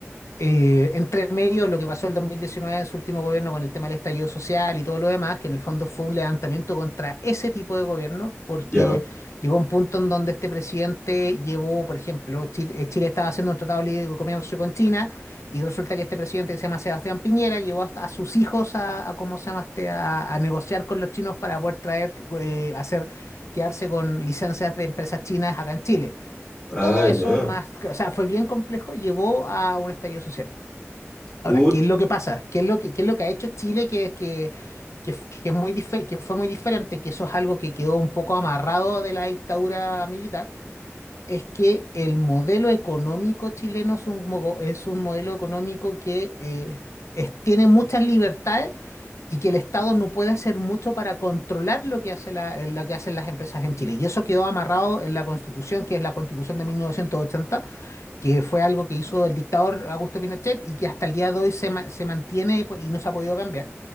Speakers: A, on the left (about 75°); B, on the left (about 20°).
A: eh, entre medio lo que pasó el 2019 en su último gobierno con el tema del estallido social y todo lo demás, que en el fondo fue un levantamiento contra ese tipo de gobierno, porque
B: ya.
A: llegó un punto en donde este presidente llevó, por ejemplo, Chile, eh, Chile estaba haciendo un tratado libre de comercio con China, y resulta que este presidente que se llama Sebastián Piñera llevó hasta a sus hijos a, a ¿cómo se llama este? A, a negociar con los chinos para poder traer, eh, hacer, quedarse con licencias de empresas chinas acá en Chile.
B: Ah,
A: Y todo eso,
B: ya.
A: más, o sea, fue bien complejo, llevó a un estallido social.
B: Pucha.
A: Ahora, ¿qué es lo que pasa? ¿Qué es lo que, qué es lo que ha hecho Chile que, que, que, f- que es muy dife- que fue muy diferente? Que eso es algo que quedó un poco amarrado de la dictadura militar, es que el modelo económico chileno es un, mogo- es un modelo económico que eh, es- tiene muchas libertades y que el Estado no puede hacer mucho para controlar lo que hace la- eh, lo que hacen las empresas en Chile. Y eso quedó amarrado en la Constitución, que es la Constitución de 1980 que fue algo que hizo el dictador Augusto Pinochet y que hasta el día de hoy se, ma- se mantiene y po- y no se ha podido cambiar.